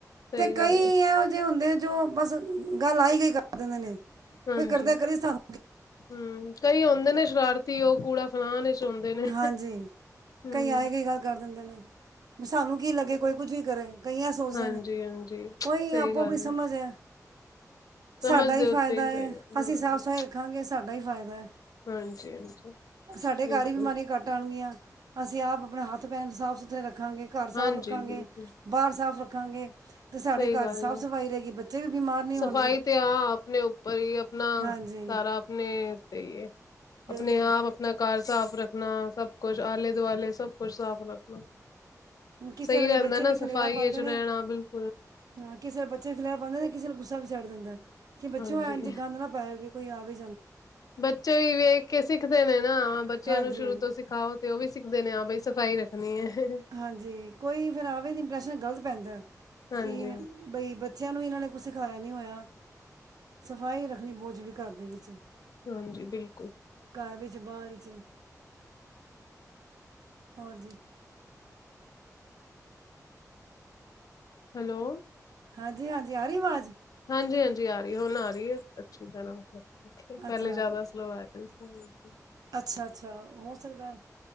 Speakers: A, on the left; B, on the right.
A: ਸਹੀ
B: ਤੇ ਕਈ
A: ਗੱਲ
B: ਇਹੋ
A: ਏ
B: ਜਿਹੇ ਹੁੰਦੇ ਜੋ, ਬਸ ਗੱਲ ਆਈ-ਗਈ ਕਰ ਦਿੰਦੇ ਨੇ।
A: ਹਾਂਜੀ
B: ਫਿਰ ਘਰਦੇ-ਘਰੀ ਸਬ।
A: ਹੂੰ, ਕਈ ਹੁੰਦੇ ਨੇ ਸ਼ਰਾਰਤੀ ਉਹ ਕੂੜਾ ਫੇਲਾਨ ਵੀਚ ਹੁੰਦੇ ਨੇ
B: ਹਾਂਜੀ,
A: ਹੂੰ
B: ਕਈ ਆਏ-ਗਈ ਗੱਲ ਕਰ ਦਿੰਦੇ ਨੇ, ਵੀ ਸਾਨੂੰ ਕੀ ਲੱਗੇ ਕੋਈ ਕੁਝ ਵੀ ਕਰੇ। ਕਈ ਐ ਸੋਚਦੇ
A: ਹਾਂਜੀ-ਹਾਂਜੀ
B: ਨੇ, ਓਈ
A: ਸਹੀ
B: ਆਪੋ-ਆਪਣੀ
A: ਗੱਲ
B: ਸਮਝ ਏ।
A: ਸਮਝ
B: ਸਾਡਾ ਹੀ
A: ਦੇ
B: ਫ਼ਾਇਦਾ
A: ਉੱਤੇ ਸਹੀ
B: ਹੈ,
A: ਹੂੰ
B: ਅਸੀਂ ਸਾਫ਼-ਸਫ਼ਾਈ ਰੱਖਾਂਗੇ, ਸਾਡਾ ਹੀ ਫਾਇਦਾ ਹੈ।
A: ਹਾਂਜੀ-ਹਾਂਜੀ,
B: ਸਾਡੇ
A: ਬਿਲਕੁੱਲ।
B: ਘਰ ਹੀ ਬਿਮਾਰੀਆਂ ਘੱਟ ਆਣਗੀਆਂ, ਅਸੀਂ ਆਪ ਆਪਣੇ ਹੱਥ-ਪੈਰ ਸਾਫ਼-ਸੁਥਰੇ ਰੱਖਾਂਗੇ, ਘਰ ਸਾਫ਼
A: ਹਾਂਜੀ
B: ਰੱਖਾਂਗੇ।
A: ਬਿਲਕੁਲ
B: ਬਾਹਰ ਸਾਫ਼ ਰੱਖਾਂਗੇ। ਸਾਡੇ
A: ਸਹੀ
B: ਘਰ
A: ਗੱਲ
B: ਸਾਫ਼
A: ਐ,
B: ਸਫਾਈ ਰਹੇਗੀ ਬੱਚੇ ਵੀ ਬਿਮਾਰ ਨਹੀਂ ਹੋਣਗੇ
A: ਸਫ਼ਾਈ ਤੇ ਹਾਂ, ਆਪਣੇ ਉੱਪਰ ਹੀ ਅਪਣਾ
B: ਹਾਂਜੀ
A: ਸਾਰਾ ਨੇਲ ਤੇ ਯੇ
B: ਬਿਲਕੁਲ
A: ਅਪਣੇ-ਆਪ ਅਪਣਾ ਘਰ ਸਾਫ਼ ਰੱਖਣਾ, ਸਭ ਕੁੱਛ, ਆਲੇ-ਦੁਆਲੇ, ਸਭ ਕੁੱਛ ਸਾਫ਼ ਰੱਖਣਾ।
B: ਹੁਣ ਕਿਸੇ
A: ਸਹੀ
B: ਵੇਲੇ
A: ਰਹਿੰਦਾ
B: ਬੱਚੇ
A: ਨਾ
B: ਵੀ
A: ਸਫ਼ਾਈ
B: ਖਲੇਰਾ ਪਾਉਂਦੇ
A: ਵਿਚ ਰਹਿਣਾ,
B: ਨੇ
A: ਬਿਲਕੁੱਲ
B: ਹਾਂ, ਕਿਸੇ ਦੇ ਬੱਚੇ ਖਿਲਾਰਾ ਪਾਂਦੇ ਤੇ ਕਿਸੇ ਨੁੰ ਗੁੱਸਾ ਵੀ ਚੜ੍ਹ ਜਾਂਦਾ। ਕਿ ਬੱਚਿਓ
A: ਹਾਂਜੀ
B: ਇੰਝ ਗੰਦ ਨਾ ਪਾਇਓ, ਜੇ ਕੋਈ ਆਵੇ
A: ਬੱਚੇ ਵੀ ਵੇਖਕੇ ਸਿੱਖਦੇ ਨੇ ਨਾ, ਬੱਚਿਆਂ
B: ਹਾਂਜੀ
A: ਨੂੰ ਸ਼ੁਰੂ ਤੋਂ ਸਿਖਾਓ ਤੇ ਉਹ ਵੀ ਸਿੱਖਦੇ ਨੇ, ਹਾਂ ਬਈ ਸਫ਼ਾਈ ਰੱਖਣੀ ਏ। ਹੇਂ, ਹੇਂ
B: ਹਾਂਜੀ, ਕੋਈ ਫਿਰ ਆਵੇ ਤ ਇੰਪਰੈਸ਼ਨ ਗਲਤ ਪੈਂਦਾ,
A: ਹਾਂਜੀ
B: ਕਿ ਬਈ, ਬੱਚਿਆਂ ਨੂੰ ਇਹਨਾਂ ਨੇ ਕੁਛ ਸਿਖਾਇਆ ਨਹੀਂ ਹੋਇਆ। ਸਫਾਈ ਰੱਖਣੀ ਬਹੁਤ ਜ਼ਰੂਰੀ ਘਰ ਦੇ ਵਿੱਚ।
A: ਹਾਂਜੀ-ਬਿਲਕੁਲ।
B: ਘਰ ਵਿੱਚ, ਬਾਹਰ ਵਿੱਚ। ਹੋਰ ਜੀ?
A: ਹੈਲੋ।
B: ਹਾਂਜੀ- ਹਾਂਜੀ ਆ ਰਹੀ ਆਵਾਜ਼।
A: ਹਾਂਜੀ- ਹਾਂਜੀ ਆ ਰਹੀ ਹੈ। ਹੁਣ ਆ ਰਹੀ ਹੈ, ਅੱਛੀ ਤਰਾਂ ਪਹਿਲੇ
B: ਅੱਛਾ
A: ਜ਼ਿਆਦਾ ਸਲੋ ਆ ਰਹੀ। ਅਛਾ ਜੀ।
B: ਅੱਛਾ- ਅੱਛਾ, ਹੋ ਸਕਦਾ ਹੈ।